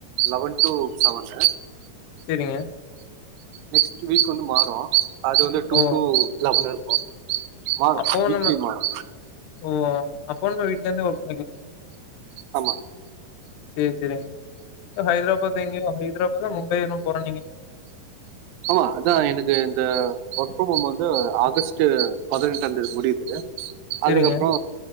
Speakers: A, on the right; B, on the left.
A: லவன் டூ சவன்னு
B: செரிங்க
A: நெக்ஸ்ட் வீக் வந்து மாரு அது வந்து டூ
B: ஓ!
A: டூ லவன் இருக்கு ஆரு
B: அப்பவும்
A: வீக்லி
B: நம்ம
A: மாறு
B: ஓ! அப்பவும் நம்ம வீட்லருந்தே ஒர்க்
A: அமா
B: சேரி செரிங்க அ ஹைத்ராபாத் எங்க்யோ ஹைத்ராபாதா மும்பையா எனு போறன்னீஙக
A: ஆமா அதா எனக்கு இந்த ஒர்க் ஃப்ரம் ஹோம் வந்து ஆகஸ்ட் பதினெட்டான் தேதி முடியிது
B: சரிங்க.
A: அதுகப்றோ